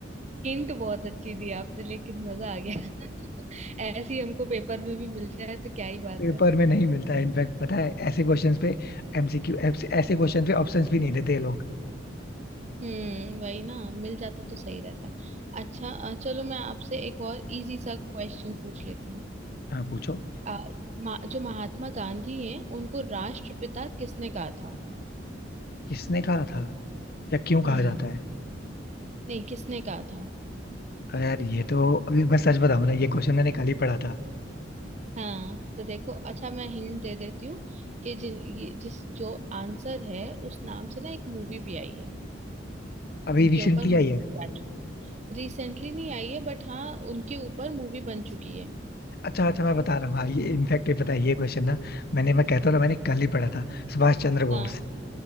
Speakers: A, on the right; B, on the left.
A: हिंट बहुत अच्छी दी आपने लेकिन मजा आ गया <laughs> ऐसी हमको पेपर में भी मिल जाए तो क्या ही बात
B: पेपर
A: है
B: में नहीं मिलता है इनफैक्ट पता है ऐसे क्वेश्चंस पे एमसीक्यू ऐसे क्वेश्चंस पे ऑप्शंस भी नहीं देते ये लोग
A: हम्म वही ना मिल जाता तो सही रहता अच्छा अ, चलो मैं आपसे एक और इजी सा क्वेश्चन पूछ लेती हूँ
B: हाँ पूछो
A: अ, मा- जो महात्मा गांधी हैं उनको राष्ट्रपिता किसने कहा था
B: किसने कहा था या क्यों कहा
A: हम्म
B: जाता है
A: नहीं किसने कहा था
B: अरे यार ये तो अभी मैं सच बताऊं ना ये क्वेश्चन मैंने कल ही पढ़ा था
A: हाँ तो देखो अच्छा मैं हिंट दे देती हूँ कि जि, ये, जिस जो आंसर है उस नाम से ना एक मूवी भी आई है
B: अभी
A: उनके
B: रिसेंटली
A: ऊपर मूवी
B: आई है
A: आ चुकी रिसेंटली नहीं आई है बट हाँ उनके ऊपर मूवी बन चुकी है
B: अच्छा अच्छा मैं बता रहा हूँ हाँ ये इनफैक्ट ये पता है ये क्वेश्चन ना मैंने मैं कहता हूँ ना मैंने कल ही पढ़ा था सुभाष चंद्र
A: हाँ
B: बोस